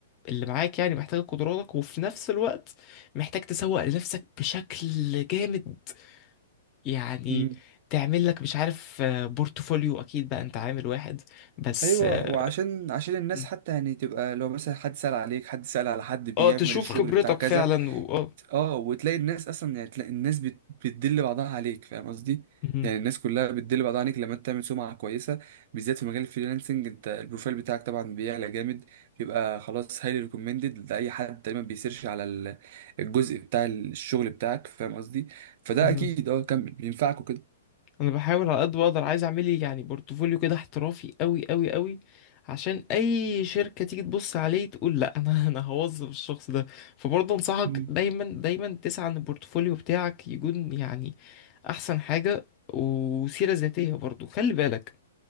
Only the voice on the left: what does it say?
اللي معاك يعني محتاجة قدراتك وفي نفس الوقت محتاج تسوق لنفسك بشكل جامد يعني
تعمل لك مش عارف آه، بورتفوليو اكيد بقى انت عامل واحد بس
اه
مم.
آه، تشوف
خبرتك
فعلا واه
مهم.
مهم.
انا بحاول على قد ما اقدر عايز اعمل لي يعني بورتفوليو كده احترافي قوي قوي قوي عشان اي شركه تيجي تبص عليه تقول لا انا <laughs> انا هوظف الشخص ده فبرضه انصحك
دايما دايما تسعى ان البورتفوليو بتاعك يكون يعني احسن حاجه وسيره ذاتيه برضه خلي بالك